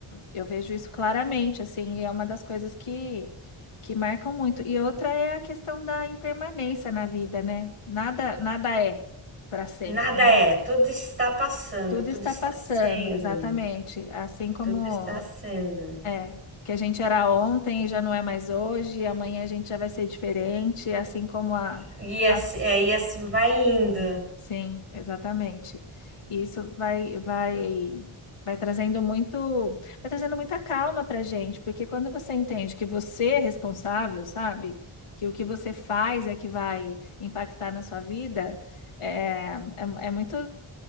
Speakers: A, on the left; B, on the right.
A: eu vejo isso claramente, assim, e é uma das coisas que que marcam muito. E outra é a questão da impermanência na vida, né? Nada, nada é para sempre,
B: Nada
A: né?
B: é, tudo está passando,
A: Tudo
B: tudo
A: está
B: está
A: passando,
B: sendo,
A: exatamente. Assim como
B: tudo está sendo.
A: é que a gente era ontem e já não é mais hoje, e amanhã a gente já vai ser diferente, assim como a,
B: E assim,
A: as
B: é, e assim vai indo.
A: Sim, exatamente. E isso vai, vai, vai trazendo muito, vai trazendo muita calma para gente, porque quando você entende que você é responsável, sabe? Que o que você faz é que vai impactar na sua vida, é, é, é muito,